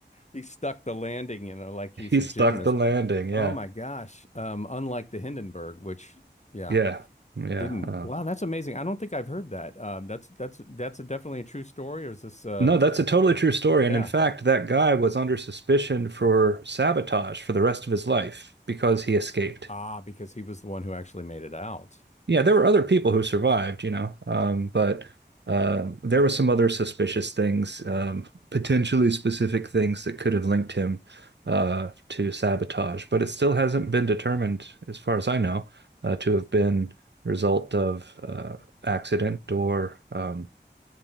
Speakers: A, on the left; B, on the right.
A: He stuck the landing, you know, like he's
B: He
A: a
B: stuck
A: gymnast.
B: the landing. Yeah,
A: Oh my gosh. Um, unlike the Hindenburg, which, yeah,
B: yeah, yeah.
A: didn't.
B: Uh,
A: Wow, that's amazing. I don't think I've heard that. Um, that's that's that's a definitely a true story, or is this uh
B: no, that's a totally true story.
A: Yeah.
B: And in fact, that guy was under suspicion for sabotage for the rest of his life because he escaped.
A: Ah, because he was the one who actually made it out.
B: Yeah, there were other people who survived, you know, um, but uh, there were some other suspicious things, um, potentially specific things that could have linked him uh, to sabotage. But it still hasn't been determined, as far as I know, uh, to have been the result of uh, accident or um,